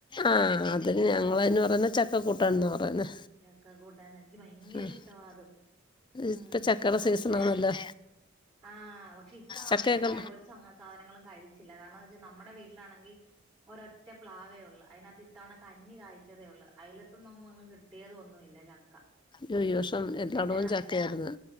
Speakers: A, on the left (about 25°); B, on the right (about 20°).
A: ആഹ് അതിന് ഞങ്ങൾ അതിന് പറയുന്ന ചക്ക കൂ ട്ടാൻന്ന പറയുന്നെ.
B: ചക്ക കൂട്ടാൻന്ന് എനിക്ക് ഭയങ്കര
A: ആഹ്
B: ഇഷ്ടമാ അത് ഉം
A: ഇപ്പ ചക്കയുടെ
B: നല്ലയാ.
A: സീസണാണല്ലോ
B: ആഹ് പക്ഷെഇത്തവണ
A: ചക്കയൊക്കെ
B: ചക്കയുടെ ഒരു സങ്ങ സാധനങ്ങളും കഴിച്ചില്ല. കാരണംഎ വെച്ചാല് നമ്മ മ്മടെ വീട്ടിലാണെങ്കി ഒരൊറ്റ പ്ലാവേ ഉള്ളു. അയിനകത്ത് ഇത്തവണ കഞ്ഞി കായ്ച്ചതേ ഉള്ളൂ. അയിലത്തന്നൊങ്ങുങ്ങ് കിട്ടിയതോ ഒന്നുഇല്ല ചക്ക
A: യോ ഈ വഷം എല്ലായിടവും
B: എന്റെ
A: ചക്കയാര്ന്ന്